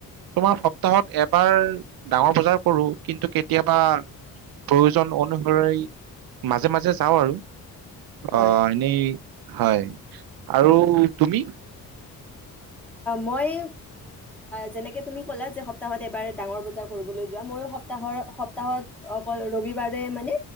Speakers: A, on the right; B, in the centre.
A: তোমাৰ সপ্তাহত এবাৰ ডাঙৰ বজাৰ কৰো কিন্তু কেতিয়াবা প্ৰয়োজন অনুসৰি মাজে মাজে যাওঁ আৰু <unintelligible>
B: হয়
A: অ এনেই হয় আৰু তুমি
B: মই যেনেকে তুমি ক'লা যে সপ্তাহত এবাৰ ডাঙৰ বজাৰ কৰিবলৈ যোৱা মই স্তাহত অকল ৰবিবাৰে মানে